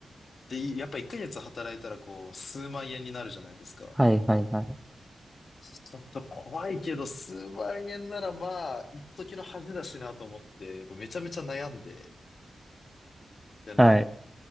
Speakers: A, on the left; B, in the centre.
A: で、いやっぱ1ヶ月働いたらこう、数万円になるじゃないですか。
B: はいはいはい。
A: ちょっと怖いけど、数万円ならまあ、一時の恥だしなと思って、こうめちゃめちゃ悩んで、であの、
B: はい。